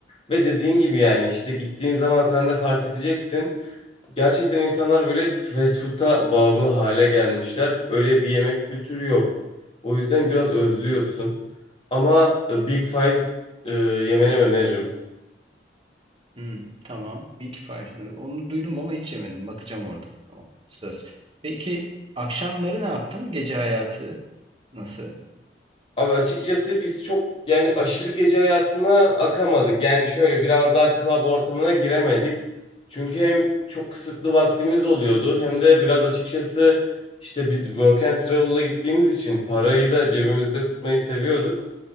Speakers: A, on the left; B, on the right.
A: Ve dediğin gibi yani işte gittiğin zaman sen de fark edeceksin. Gerçekten insanlar böyle fast food'a bağımlı hale gelmişler. Öyle bir yemek kültürü yok. O yüzden biraz özlüyorsun. Ama e, Big Fives e, yemeni öneririm.
B: Hmm, tamam. Big Five. Onu duydum ama hiç yemedim. Bakacağım orada. Tamam. Söz. Peki akşamları ne yaptın? Gece hayatı nasıl?
A: Abi açıkçası biz çok yani aşırı gece hayatına akamadık. Yani şöyle biraz daha club ortamına giremedik. Çünkü hem çok kısıtlı vaktimiz oluyordu hem de biraz açıkçası işte biz work and travel'la gittiğimiz için parayı da cebimizde tutmayı seviyorduk.